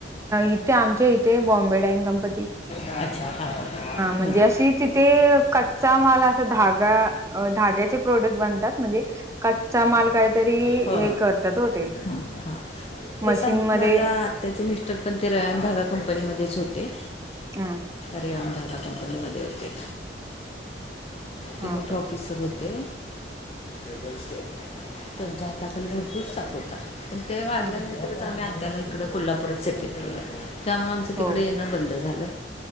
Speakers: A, on the right; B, on the left.
A: इथे आमच्या इथे बॉम्ब म्बेबान कंपनी
B: अच्छा हां हां हां
A: मझी तिथे कच्चा असा धागा धाग्याचे प्रोडक्ट बनतात म्हणजे कच्चा माल काय तरी
B: हो
A: हे करतात हो ते
B: हां हां तेच
A: मशीनमध्ये
B: माझ्या आत्याचे मिस्टर पण ते रयान धागा कंपनीमध्येच होते
A: हा
B: रयान धागा कंपनीमध्ये होते
A: ह
B: ते मोठे ऑफिसर होते त्यांच्या हाताखाली भरपूर स्टाफ होता पण ते वाारल्यानंतरच
A: ह
B: आम्ही आत्या ला इकडं कोल्हापूरात सेटल केलं त्यामुळे आमचं
A: हो
B: तिकडे येना बंद झाले